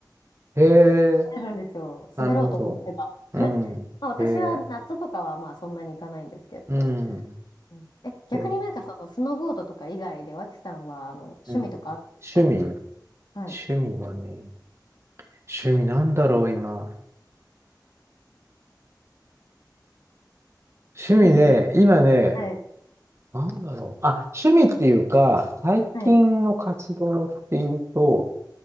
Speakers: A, on the right (about 35°); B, on the left (about 70°).
A: へえ。
B: あるんですよ。
A: なるほど。
B: 滑ろうと思えば。<laughs>
A: うん。
B: まあ私は夏とかはまあそんなに行かないんですけど。
A: へえ。うん。
B: うんえ、逆になんかそのスノーボードとか以外で脇さんはあの趣味とかあるんですか
A: へえ。うん。趣味
B: はい。
A: 趣味はね。趣味なんだろう、今。趣味ね、
B: <laughs>
A: 今ね、
B: はい。
A: なんだろう。あ、趣味っていうか、最近の活動っていうと、
B: はい。